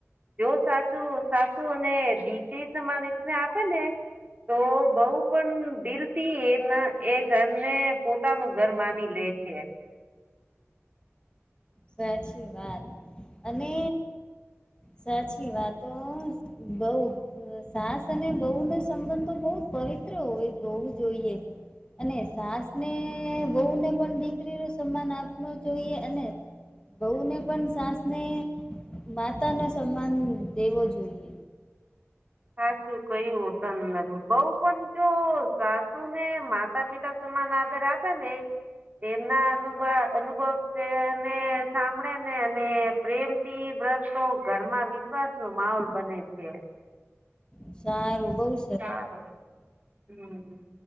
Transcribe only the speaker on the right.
જો સાસું સાસુને દીકરી સમાન આ રીત ના આપે ને. તો બઉ પણ દિલથી એના એ ઘર ને પો. પોતા નું ઘર માની લે છે.
સાચું કયું હોતન બઉ પણ જો સાસુ ને માતા પિતા સમાન આદર આપે ને એના અનુ અનુભવને સાંભળે ને અને પ્રેમ થી વ્રત તો ઘરમાં વિશ્વાસ નો માહોલ બને છે.
સારું હમ્મ